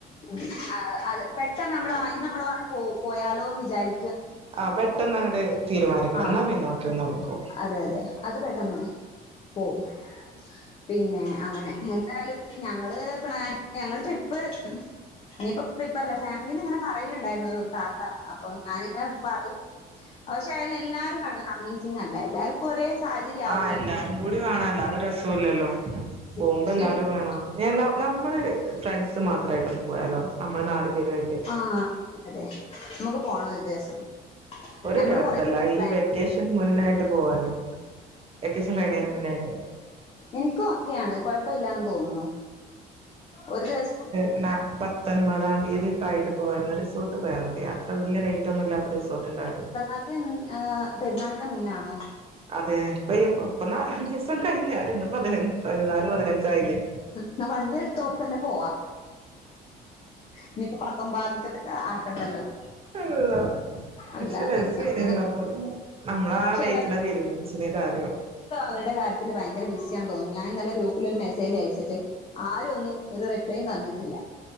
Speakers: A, on the left (about 35°); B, on the right (about 35°).
A: ഉം അഹ് അത് പെട്ടെന്ന് നമ്മള് അയ്നു നമ്മള് പോ പോയാലോന്ന് വിചാരി
B: ആഹ് പെട്ടെന്നങ്ങട് തീരുമാനിക്കണം.
A: ആ
B: എന്നാ പിന്നെ ഒക്കെ നടക്കും
A: അതെ അതെ അത് പെട്ടെന്ന് പോവും പിന്നെ അങ്ങനെ എന്തായാലും ഞങ്ങള് പ്ലാന് ഞങ്ങള് ട്രിപ്പ് ഇനിയിപ്പം ട്രിപ്പർല ഫാമിലീന്നിങ്ങനെ പറയലിണ്ടായിരുന്നു ഒര് താത്ത അപ്പൊ ഞാനിങ്ങനെ പറയും പക്ഷെ അയിന് എല്ലാവരും അങ്ങ് കൺവിൻസിങ്ങല്ല എല്ലാർക്കും ഒരേ സാഹചര്യം ആവൂലല്ലോ
B: ആഹ് എല്ലാരും കൂടി വേണം അല്ലാതെ രസുല്ലല്ലോ പോവുമ്പോ
A: പക്ഷേ
B: എല്ലാരും വേണം ഞാന്നാ നമ്മള് ഫ്രണ്ട്സ് മാത്രായിട്ടൊന്ന് പോയാലോ നമ്മള് നാല് പേരുവായിട്ട്
A: ആഹ് അതെ നമ്മക്ക് പോണം ഒരു ദിവസം
B: ഒരു
A: ഞമ്മള്
B: ദിവസല്ല
A: കൊറേ <unintelligible>
B: ഈ വെക്കേഷൻ മുന്നായിട്ട് പോവാനോ വെക്കേഷൻ കഴീണേന് മുന്നേയിട്ട്
A: ഇൻക്ക് ഓക്കെയാണ് കൊഴപ്പവില്ലാന്ന് തോന്നുന്നു ഒര് ദിവസം
B: എന്നാ പത്തൊൻപതാം തീയതിക്കായിട്ട് പോയന്ന റിസോർട്ട് പോയാ മതി അത്ര വല്ല്യ റേ റ്റൊന്നും ഇല്ലാത്ത റിസോർട്ടെണ്ടാവൂല്ലേ
A: അതെൻ ആഹ് പെര്ന്നാളിന്റെ മുന്നാണോ
B: അതേ ഇപ്പ ഈ ഇപ്പ നാലഞ്ചീസം കഴിഞ്ഞാല് ഇന്ന് പതിനഞ് പതിനാല് പതിനഞ്ചായീലേ
A: എന്നാ വണ്ടി എട്ത്തോ ഇപ്പന്നെ പോവാ ഇഞ്ഞിപ്പ പത്തൊമ്പാത്തിക്കത്ത്ക്ക് ആക്കണ്ടല്ലോ
B: <unintelligible> പക്ഷെ
A: അല്ല
B: രസേനി
A: പിന്നെ ഇതിപ്പോ
B: നമ്മള് നമ്മളാ
A: പക്ഷേടാ
B: ഡൈറ്റിനെ തീരുമാനിച്ചീനിയത് ആദ്യം
A: അവര്ടെ കാര്യത്തില് ഭയങ്കര ബിസിയാണ് തോന്നണ് ഞാൻ ഇന്നലെ ഗ്രൂപ്പിലൊരു മെസേജയ്ച്ചിട്ട് ആരു ഒന്നും ഒര് റിപ്ലൈയും തന്നിട്ടില്ല